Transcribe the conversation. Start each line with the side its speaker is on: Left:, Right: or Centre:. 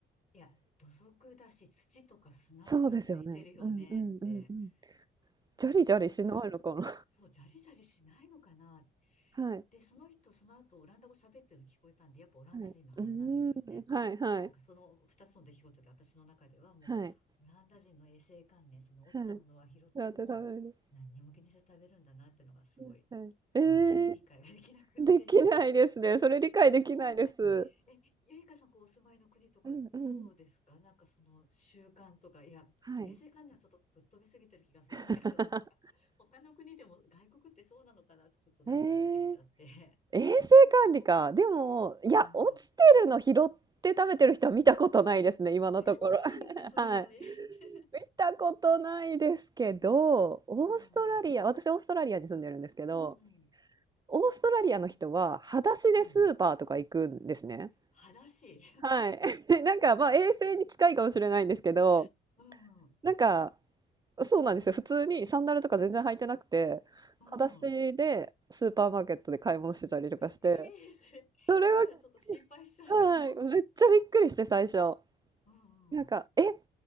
Left: いや、土足だし、土とか砂とかついてるよねって、
Right: そうですよね。うんうんうんうん。ジャリジャリしないのかな。
Left: ちょっと本当に、そう、ジャリジャリしないのかな。
Right: <laughs> はい。
Left: で、その人、その後、オランダ語喋ってるの聞こえたんで、やっぱオランダ人のはずなんですよね。
Right: はい。うーん。はいはい。
Left: なんかその二つの出来事で私の中ではも
Right: はい。
Left: う、オランダ人の衛生観念、その落ちたものは拾っても、
Right: はい。ラテ食べる。
Left: 何にも気にせず食べるんだなってのがすごい
Right: うん、はい。え
Left: 未だに理解ができなくって。
Right: ーできないですね。それ理解できないです。
Left: ねえ。え、ゆいかさん、こう、お住まいの国とかどうですかなんかその習慣とか、
Right: うんうん。
Left: いや、
Right: はい。
Left: ちょっと衛生観念はちょっとぶっ飛びすぎてる気がするんだけど、
Right: <laughs>
Left: <laughs> なんか、他の国でも外国ってそうなのかなってちょっとなんか思ってきちゃって。
Right: ええ、衛生管理か。でも、
Left: うん。
Right: いや、落ちてるの拾って食べてる人は見たことないですね、今のところ。
Left: さすがにないよね、
Right: <laughs>
Left: それはね。
Right: はい。
Left: <laughs>
Right: 見たことないですけど、オーストラリア、
Left: うん。うん
Right: 私オーストラリアに住んでるんですけど、
Left: うん
Right: オーストラリアの人は裸足でスーパーとか行くんですね。
Left: うん。裸足。
Right: はい。<laughs> なんかまあ衛生に近いかもしれないんですけど、
Left: <laughs> うん。
Right: なんかそうなんですよ。普通にサンダルとか全然履いてなくて、
Left: うん。
Right: 裸足でスーパーマーケットで買い物してたりとかして、
Left: ええそれ、
Right: それは、
Left: 見たらちょっと心配しちゃうかも。
Right: はい、めっちゃびっくりして最初。
Left: うんうん。
Right: なんか、え、